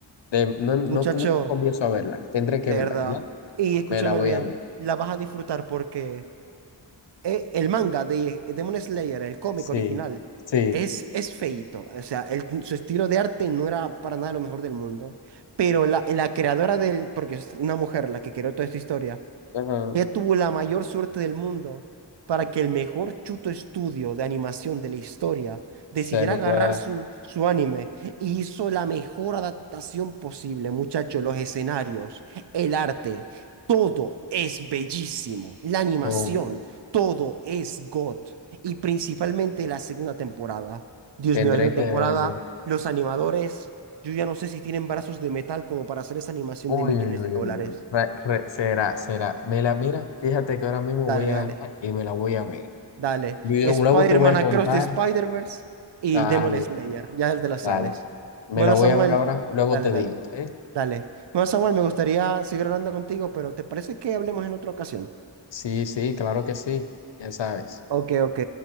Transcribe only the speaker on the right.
muchacho.
De
verdad.
Y escúchame
bien,
la vas a disfrutar porque eh, el manga de Demon Slayer, el cómic
original,
es, es feíto. O sea, el- su estilo de arte no era para nada lo mejor del mundo. Pero la, la creadora del, porque es una mujer la que creó toda esta historia,
ella tuvo la mayor suerte del mundo para que el mejor chuto estudio de animación de la historia decidiera
agarrar
su, su anime y hizo la mejor adaptación posible, muchachos. Los escenarios, el arte, todo es bellísimo. La animación,
todo es God. Y principalmente la segunda temporada. Dios
mío, la segunda
temporada,
los animadores, yo ya no sé si tienen brazos de metal como para hacer esa animación
de millones
de dólares.
Dale,
dale.
Dale.
Spider-Man
Across
the Spider-Verse y
Demon Slayer. Ya te la sabes.
Bueno,
Samuel,
dale,
dale.
Dale. Bueno, Samuel, me gustaría seguir hablando contigo, pero ¿te parece que hablemos en otra ocasión?
Ok, ok.